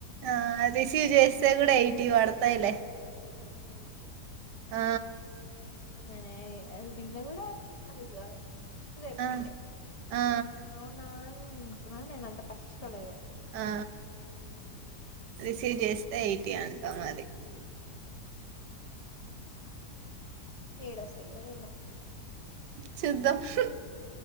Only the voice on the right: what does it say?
ఆ రిసీవ్ చేస్తే కూడ ఎయిటి పడతయిలే ఆ
ఆ ఆ
ఆ రీసీవ్ చేస్తే అయి ఎంత మరి
చూద్దాం హూ